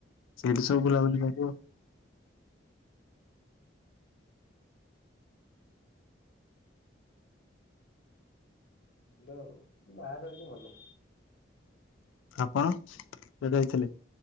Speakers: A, on the left (about 85°); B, on the left (about 55°).
A: ସେଇଠି ସବୁ ବୁଲାବୁଲି କରିବୁ।
B: ଭଲ ଗାଁ ରେ ରହିଲେ ଭଲ।
A: ଆପଣ <unintelligible> ଯାଇଥିଲେ?